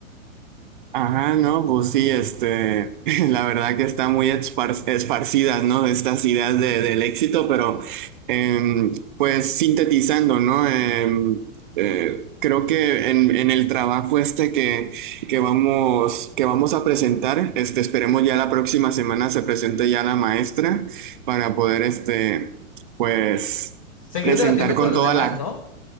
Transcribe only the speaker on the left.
Seguir
debatiendo
con los
demás,
¿no?